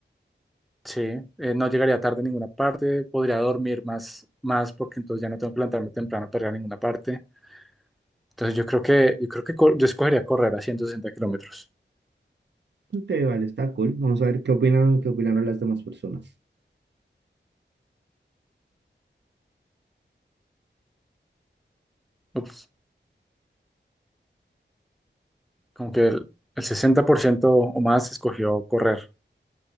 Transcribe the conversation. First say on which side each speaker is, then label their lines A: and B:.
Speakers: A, in the centre; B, on the right.
A: sí, eh, no llegaría tarde a ninguna parte, podría dormir más, más porque entonces ya no tengo que levantarme temprano para ir a ninguna parte. Entonces yo creo que, yo creo que co- yo escogería correr a ciento sesenta kilómetros.
B: Ok, vale, está cool. Vamos a ver qué opinan, qué opinaron las demás personas.
A: Ups, como que el, el 60% o más escogió correr.